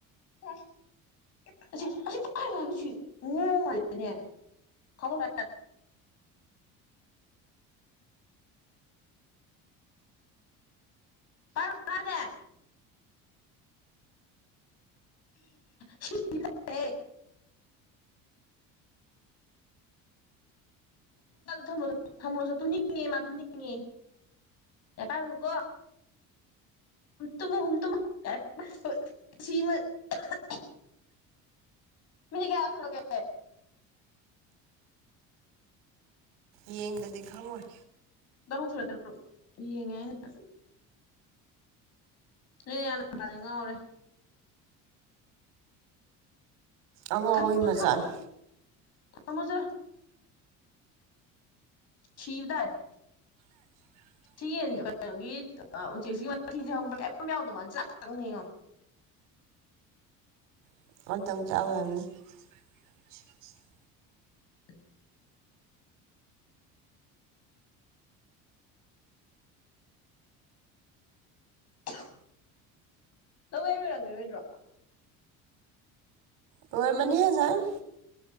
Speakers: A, on the left; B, on the right.
A: ꯃꯁꯤ ꯃꯁꯤ ꯄꯥꯏꯅꯣ ꯍꯥꯏꯔ ꯃꯁꯤ ꯉꯥꯎꯃꯜꯂꯤꯅꯦ <unintelligible> ꯑꯥ ꯎꯝ ꯎꯝ ꯇꯔꯥꯕꯣ ꯍꯥꯏꯕꯅꯦ <unintelligible> ꯊꯝꯃꯨꯔꯣꯆꯣ ꯊꯝꯃꯨꯔꯣꯆꯣ ꯇꯨꯝꯅꯤꯡ ꯉꯦꯌꯦ ꯃꯥ ꯇꯨꯝꯅꯤꯡꯉꯦ ꯌꯥꯔꯦ ꯄꯥꯏꯔꯨꯅꯨꯀꯣ ꯍꯨꯝ ꯇꯨꯝꯃꯣ ꯍꯨꯝ ꯇꯨꯝꯃꯣ <unintelligible> ꯅꯣꯏ ꯃꯤ ꯀꯌꯥ ꯁꯨꯔꯥꯒꯦ
B: ꯌꯦꯡꯗꯗꯤ ꯈꯪꯉꯣꯏ
A: ꯇꯔꯨꯛ ꯁꯨꯔꯦ ꯇꯔꯨꯛ ꯌꯦꯡꯉꯦ ꯑꯩꯅ ꯅꯣꯏ ꯅꯌꯥ ꯅꯨꯄꯥꯖꯦ ꯉꯥꯎꯔꯦ
B: ꯑꯉꯥꯎꯕꯩ
A: ꯊꯝꯃꯣ
B: ꯃꯆꯥꯅꯤ
A: ꯊꯝꯃꯣ ꯆꯣ ꯊꯝꯃꯣ ꯆꯣ ꯁꯤꯕ ꯇꯥꯔꯦ
B: <inaudible>
A: ꯁꯤ ꯌꯦꯟ ꯀꯩꯅꯣꯒꯤ ꯎꯆꯦꯛꯁꯤꯒꯤ ꯃꯊꯤꯁꯦ ꯍꯪꯕ꯭ꯔꯥ ꯀꯔꯤꯝ ꯌꯥꯎꯗꯕ ꯋꯥꯅꯤ ꯆꯥꯛ ꯈꯛꯇꯪꯅꯤ ꯌꯦꯡꯉꯣ
B: ꯑꯃꯇꯪ ꯆꯥꯕꯒꯤ ꯑꯣꯏꯔꯝꯅꯤ
A: <unintelligible> <unintelligible> ꯂꯧꯌꯩꯕ ꯂꯣꯏꯔꯝꯒꯤꯔꯣꯏꯗ꯭ꯔꯣ
B: ꯂꯣꯏꯔꯝ ꯃꯅꯤ ꯉꯥꯁꯥꯏꯅ